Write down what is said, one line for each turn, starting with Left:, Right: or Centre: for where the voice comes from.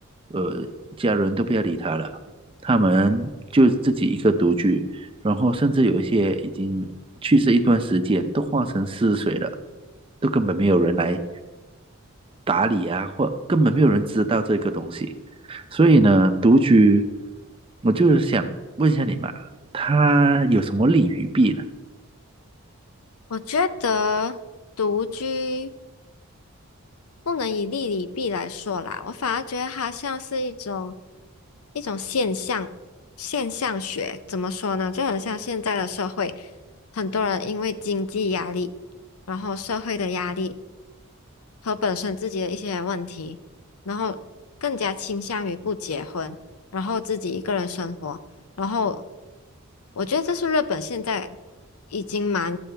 Right: 呃，家人都不要理他了，他们就自己一个独居，然后甚至有一些已经去世一段时间，都化成尸水了，都根本没有人来打理啊，或根本没有人知道这个东西。所以呢，独居，我就是想问一下你嘛，他有什么利与弊呢？
Left: 我觉得独居。不能以利与弊来说啦，我反而觉得它像是一种一种现象，现象学怎么说呢？就很像现在的社会，很多人因为经济压力，然后社会的压力。和本身自己的一些问题，然后更加倾向于不结婚，然后自己一个人生活。然后我觉得这是日本现在已经蛮